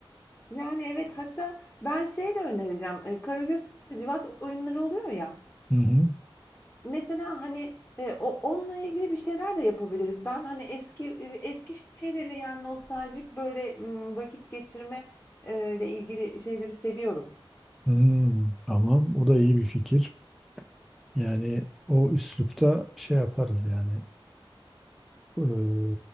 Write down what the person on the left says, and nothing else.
Yani evet hatta ben şey de önereceğim. E, Karagöz Hacivat oyunları oluyor ya.
Mesela, hani, eee, o onunla ilgili bir şeyler de yapabiliriz. Ben, hani, eski, eee, eski şeyleri, yani, nostaljik, böyle, ımm, vakit geçirme, eee, ile ilgili şeyleri seviyorum.